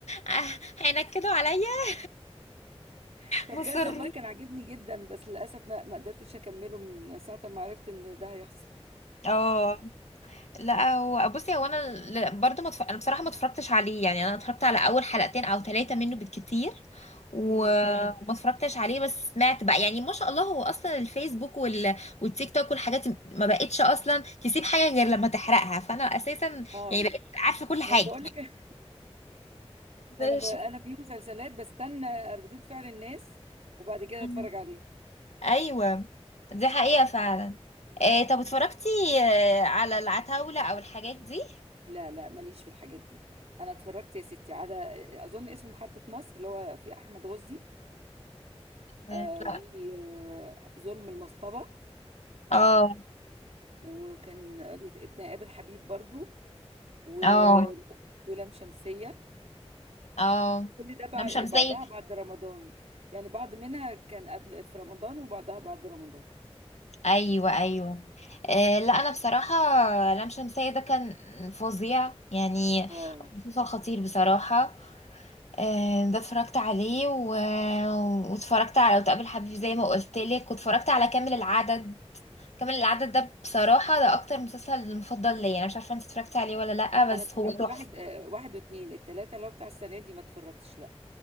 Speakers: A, on the left (about 85°); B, on the right (about 75°).
A: آه، هينكدوا عليا
B: فبجد
A: مصر
B: والله كان عاجبني جدا بس للاسف ما ما قدرتش اكمله من ساعه ما عرفت ان ده هيحصل
A: اه لا هو بصي هو انا ل- برضو متف... انا بصراحه ما اتفرجتش عليه يعني انا اتفرجت على اول حلقتين او ثلاثه منه بالكتير و-
B: امم
A: مم. وما اتفرجتش عليه بس سمعت بقى يعني ما شاء الله هو اصلا الفيسبوك وال... والتيك توك والحاجات دي ما بقتش اصلا تسيب حاجه غير لما تحرقها فانا اساسا
B: اه
A: يعني بقيت عارفه كل حاجه
B: ما انا بقول لك <laughs>
A: مش-
B: انا ب... انا في مسلسلات بستنى ردود فعل الناس وبعد كده
A: مم.
B: اتفرج عليها
A: ايوه دي حقيقه فعلا إيه طب اتفرجتي آه، على العتاوله او الحاجات دي
B: لا لا ماليش في الحاجات دي انا اتفرجت يا ستي على اظن اسمه محطة مصر اللي هو في احمد غزي
A: مم.
B: آه
A: لا
B: و آه، ظلم المصطبة
A: اه
B: وكان نتقابل حبيب برضو و...
A: اه
B: ولام شمسية
A: اه
B: كل ده بعد
A: لام شمسية
B: بعضها بعد رمضان يعني بعض منها كان قبل في رمضان وبعضها بعد رمضان
A: ايوه ايوه آه لا انا بصراحه لام شمسية ده كان فظيع يعني
B: اه
A: مسلسل خطير بصراحه آه ده اتفرجت عليه و... واتفرجت على وتقابل حبيبي زي ما قلت لك واتفرجت على كامل العدد كامل العدد ده بصراحه ده اكتر مسلسل مفضل ليا انا مش عارفه انت اتفرجت عليه ولا لا
B: انا
A: بس
B: اتفرجت
A: هو تحفه
B: واحد آه، واحد واتنين التلاتة اللي هو بتاع السنة دي ما اتفرجتش لا